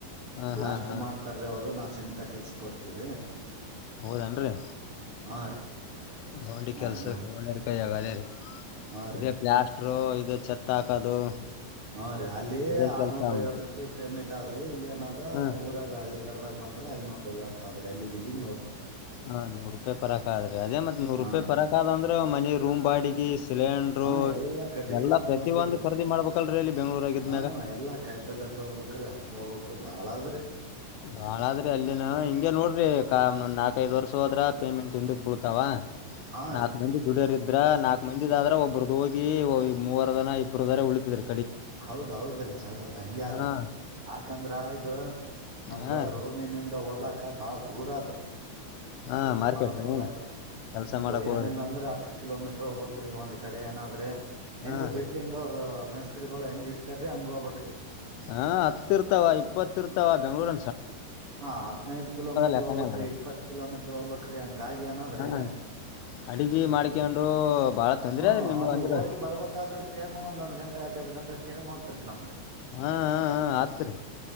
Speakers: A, on the left; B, on the right.
A: ಹಾ
B: ಬ್ಲಾಸ್ಟರ್
A: ಹಾ ಹಾ
B: ಮಾಡ್ತಾರೀ ಅವರು ನಾವವು ಸಿಮೆಂಟ ಕೆಲ್ಸಿ ಕೊಡ್ತೀವ್ರಿ
A: ಹೌದೇನ್ರಿ
B: ಹಾ ರೀ
A: ಹೌಂಡಿ
B: ನಾ
A: ಕೆಲ್ಸಕ್ಕೆ
B: ಎಲ್ಲ
A: ಹೋೊಂಡರ್ಕಾಯಗ ಅದೇ ರೀ
B: ಹಾ ರೀ
A: ಇದೇ ಪ್ಸ್ <inaudible> ಚತ್ತ ಹಾಕದು
B: ಹ ರೀ ಅಲ್ಲಿ
A: ಇದೇ
B: ಆರ್ನೂರ
A: ಕೆಲ್ಸ
B: ದಐವತ್
A: ಅವನ್ರಿ
B: ರೂಪಾಯಿ ಪೇಮೆಂಟ್ ಆದ್ರಿ ಇಲ್ಲಿ ಏನದ
A: ಹಾ
B: ಊರಾಗ ಹಳ್ಳಿಗ ಉರಗ ಬಂದ್ರೆ ಐನೂರ ವತ್ತ ಆದೆ ಅಲ್ಲಿಗ್ ಇಲ್ಲಿಗ್ ನೂ
A: ಹಾ ನೂರ್ ರೂಪಾಯಿ ಪರಕ್ ಆದ್ರೆ ಅದೇ ಮತ್ತತ್ ನೂರ್
B: ಹಾ
A: ರೂಪಾಯಿ
B: ರೀ
A: ಪರಕ ಅ ಆದ ಅಂದ್ರೆ ಮನಿ ರೂಮ್ ಬಾಡಿಗೆ ಸಿಲಿಂಡರು
B: ಹಾ ಎಲ್ಲಾ ಕಟ್ಗೆಬೇಕ್
A: ಎಲ್ಲಾ ಪ್ರತತಿ
B: ನೋಡ್ರಿ
A: ಒಂದು
B: ಎಲ್ಲ
A: ಖರೀದಿ ಮಾಡ್ಬೇಕಲ್ರೀ ಇಲ್ಲಿ ಬೆಂಗ್ಳೂರಗಿದ್ಮ್ಯಾಗ
B: ಹಾ ಎಲ್ಲಾ ಕಾಯಿ ಪಲ್ಯ ತೊಗೋಬೇಕ್ರೀ ಅತ್ ತಗೋಬಬೇಕು ಬಾಳಾದ್ರಿ
A: ಬಾಳಾದ್ರಿ ಅಲ್ಲಿನ ಹಿಂಗೆ ನೋಡ್ರಿ ಕ್ ನಾಲ್ಕ ಐದು ವರ್ಷ ಹೋದ್ರ ಪೇಮೆಂಟ್ ಹಿಂದಕ್ ಬೀಳ್ತಾವ
B: ಹಾ
A: ನಾಕು
B: ರೀ
A: ಮಂದಿ ದುಡಿಯೋರ ಇದ್ರ ನಾಲ್ಕ್ ಮಂದಿದ ಆದ್ರ ಒಬ್ಬರುದ ಹೋಗಿ ಮೂವರ ಜನ ಇಬ್ಬರು ದರ ಉಳಿತಿದ್ರೀ
B: ಹೌದ ಹೌದ್ರಿ ಹೌದು ಹಂಗಗೆ ಆದ್ರಿ
A: ಹಾ
B: ಯಾಕಂದ್ರ ಇದು ನಮ್ಗ
A: ಹಾ ರೀ
B: ರೋಮಿನಿಂದ ಹೋಲಾಕ ಬಾಳ ದೂರ ಆದ್ರಿ
A: ಹಾ
B: ಕೆಲ್ಸ
A: ಮಾರ್ಕೆಟ್
B: ಮಾಡಕ್
A: ರೀ
B: ಹೋಲಾಕ್ರಿ
A: ಕೆಲ್ಸ
B: ಒಂದು
A: ಮಾಡಕ್ ಹೋಗದ್ರಿ
B: ಏನಿಲ್ಲ ಅಂದ್ರೆ ಹತ್ ಕಿಲೋಮೀಟ್ರ ಹೋಗಬಕ್ ಒಂದ್ ಕಡೆ ಏನಾದ್ರೆ ಹೆಂಗ
A: ಹಾ
B: ಬಿಡ್ಲಿ
A: ರೀ
B: ಹಂಗ ಅವ್ರ ಮಸ್ತ್ರಿಗಳು ಹೆಂಗ ಹಿಡತಾರರಿ ಹಂಗ್ ಹೋಗಬಕರೀ
A: ಹಾ ಹತ್ತ ಇರ್ತಾವ ಇಪ್ಪತ್ತ ಇರ್ತಾವ ಬೆಂಗ್ಳೂರ್
B: ಹಾ ಹದ್ನೈದ ಕಿಲೋಮೀಟ್ರ
A: ಲೆಕ್ಕಾನೇ
B: ಹೋಗಬಕ್ರೀ
A: ಇಲ್ರಿ
B: ಇಪ್ಪತ್ ಕಿಲೋಮೀಟ್ರ ಹೋಗ್ಕ್ ಹಂಗಾಗಿ ಏನಾದ್ರಿ
A: ಹಾ ಅಡಿಗಿ
B: ಹ್ಮ
A: ಮಾಡ್ಕ್ಯಂಡು ಬಾಳ ತೊಂದ್ರೆ
B: ಹ್ಮ
A: ಆದ್ರಿ ನಿಮ್ಗ
B: ಅಲ್ಲಿ
A: ಅಂದ್ರ
B: ಹೋಗಿ ಬರ್ಬೇಕಾದ್ರೆ ಟೈಮ ಒಂದೊಂದ್ ಗಂಟೆ ಅಡ್ ಎರಡು ಗಂಟೆ ಟೇಮ್ತ್ರಿ ನಮ್ಗೆ
A: ಹಾ ಹಾ ಹಾ ಆತ್ರಿ